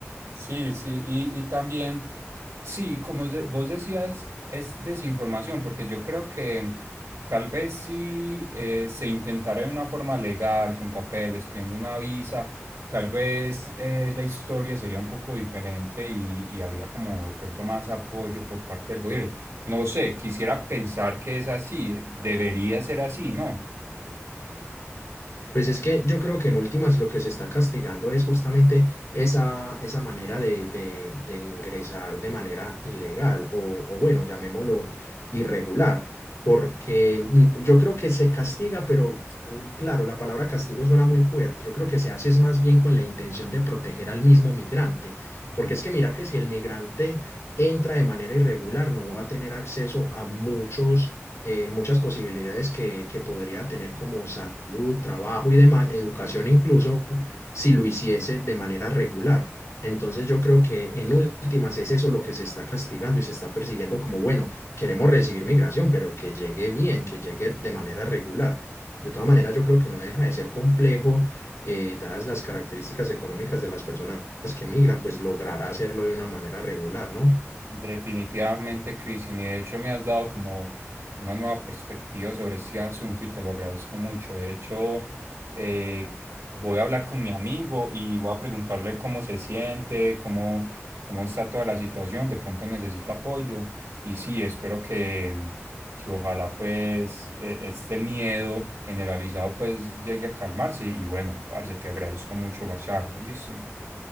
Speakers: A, on the right; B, on the left.
A: Sí, sí, y, y también Sí, como de- vos decías, es desinformación, porque yo creo que tal vez si eh, se intentara de una forma legal, con papeles, pidiendo una visa, tal vez eh, la historia sería un poco diferente y, y habría como de pronto más apoyo por parte del gobierno. No sé, quisiera pensar que es así, debería ser así, ¿no?
B: Pues es que yo creo que en últimas lo que se está castigando es justamente esa, esa manera de, de- de ingresar de manera ilegal o, o bueno, llamémoslo irregular, porque mm, yo creo que se castiga, pero eh, claro, la palabra castigo suena muy fuerte. Yo creo que se hace es más bien con la intención de proteger al mismo migrante,
A: Ujú,
B: porque es que mira que si el migrante entra de manera irregular, no va a tener acceso a muchos eh, muchas posibilidades que, que podría tener como salud, trabajo y demás, educación incluso, si lo hiciese de manera regular. Entonces yo creo que en últimas es eso lo que se está castigando y se está persiguiendo como, bueno, queremos recibir migración, pero que llegue bien, que llegue de manera
A: ujú.
B: regular. De todas maneras, yo creo que no deja de ser complejo, eh, dadas las características económicas de las personas que migran, pues lograr hacerlo de una manera regular, ¿no?
A: Definitivamente, Cristian, y de hecho me has dado como una nueva perspectiva sobre este asunto y te lo agradezco mucho. De hecho, eh, voy a hablar con mi amigo y voy a preguntarle cómo se siente, cómo, cómo está toda la situación, de pronto necesita apoyo y sí, espero que, que ojalá pues eh, este miedo generalizado pues llegue a calmarse y bueno, parce, te agradezco mucho la charla, listo.